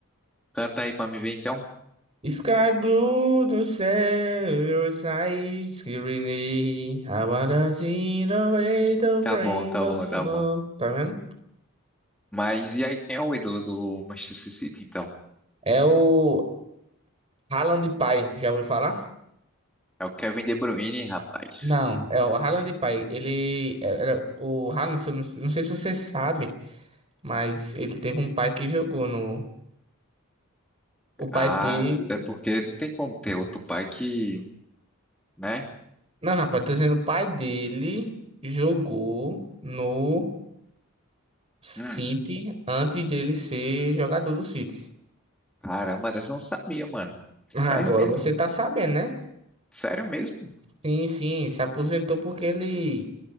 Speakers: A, in the centre; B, on the right.
A: Canta aí pra me ver, então.
B: Sky Blue do céu, your night, green, I wanna see the little
A: Tá
B: rainbow
A: bom, tá bom,
B: song.
A: tá bom.
B: Tá vendo?
A: Mas e aí, quem é o ídolo do Manchester City, então?
B: É o Haaland Pai. Já ouviu falar?
A: É o Kevin De Bruyne, rapaz.
B: Não, é o Haaland, pai. Ele é, era o Haaland, se eu não, não sei se você sabe, mas ele teve um pai que jogou no. O pai
A: Ah,
B: dele.
A: até porque não tem como ter outro pai que, né?
B: Não, rapaz, tô dizendo, o pai dele jogou no City
A: Hum,
B: antes dele ser jogador do City.
A: caramba, dessa eu não sabia, mano. Sério
B: Agora
A: mesmo?
B: você tá sabendo, né?
A: Sério mesmo?
B: Sim, sim, se aposentou porque ele